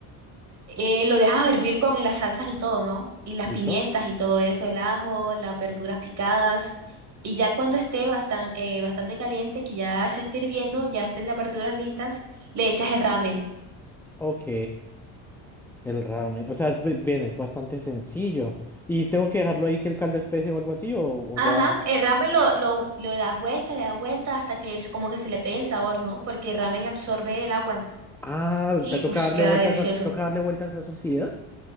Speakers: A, on the right (about 40°); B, in the centre.
A: Eh, lo dejas hervir con las salsas y todo, ¿no? Y las
B: listo.
A: pimientas y todo eso, el ajo, las verduras picadas. Y ya cuando esté bastan- eh, bastante caliente, que ya se esté hirviendo, ya estén las verduras listas, le echas el ramen.
B: Ok, el ramen. O sea, es bi- bien, es bastante sencillo. ¿Y tengo que dejarlo ahí que el caldo espese o algo así? ¿O, o
A: Ajá,
B: ya?
A: el ramen lo, lo, lo das vuelta, le das vuelta hasta que es como que se le pegue el sabor, ¿no? Porque el ramen absorbe el agua
B: Ah,
A: y
B: o sea, toca
A: uff,
B: darle
A: queda
B: vueltas
A: delicioso.
B: a, toca darle vueltas a esos fideos.